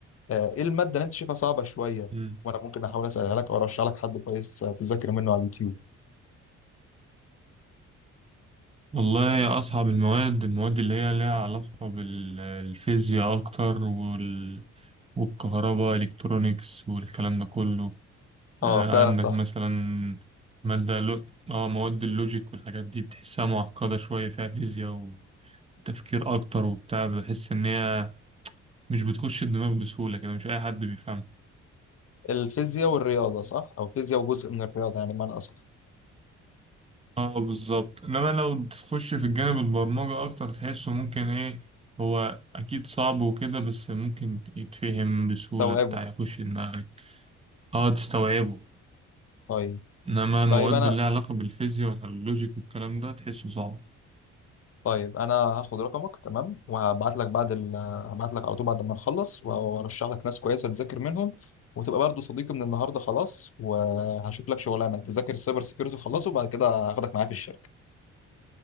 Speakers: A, on the left; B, on the right.
A: آه، ايه الماده اللي انت شايفها صعبه شويه
B: مم.
A: وانا ممكن احاول اسالها لك او ارشح لك حد كويس آه، تذاكر منه على اليوتيوب
B: والله أصعب المواد المواد اللي هي لها علاقة بالفيزياء أكتر وال... والكهرباء إلكترونيكس والكلام ده كله
A: اه
B: آه،
A: فعلا
B: عندك
A: صح
B: مثلا مادة لو... اه مواد اللوجيك والحاجات دي بتحسها معقدة شوية فيها فيزياء وتفكير أكتر وبتاع بحس إن هي مش بتخش الدماغ بسهولة كده مش أي حد بيفهمها
A: الفيزياء والرياضه صح او فيزياء وجزء من الرياضه يعني معنى اصح
B: اه بالظبط إنما لو تخش في الجانب البرمجة أكتر تحسه ممكن إيه هو أكيد صعب وكده بس ممكن يتفهم بسهولة
A: استوعبه
B: بتاع يخش دماغك اه تستوعبه
A: طيب
B: إنما المواد
A: طيب انا
B: اللي لها علاقة بالفيزياء واللوجيك والكلام ده تحسه صعب
A: طيب انا هاخد رقمك تمام وهبعت لك بعد ال... هبعت لك على طول بعد ما نخلص وارشح لك ناس كويسه تذاكر منهم وتبقى برضو صديقي من النهارده خلاص وهشوف لك شغلانه انت ذاكر السايبر سيكيورتي خلصه وبعد كده هاخدك معايا في الشركه